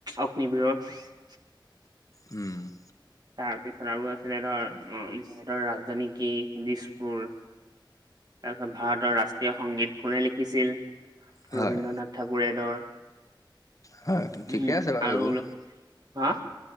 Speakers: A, on the right (about 55°); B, on the left (about 40°).
A: অগ্নিবিৰৰ-
B: উম,
A: তাৰপিছত আৰু আছিলে ধৰ যহতৰ ৰাজধানী কি দিছপুৰ। তাৰপিছত, ভাৰতৰ ৰাষ্ট্ৰীয় সংগীত কোনে লিখিছিল
B: হয়
A: ৰবীন্দ্ৰনাথ ঠাকুৰে ধৰ
B: হয় ঠিকে
A: উম,
B: আছে বাৰু
A: আৰু
B: এইবোৰ
A: অলপ হা-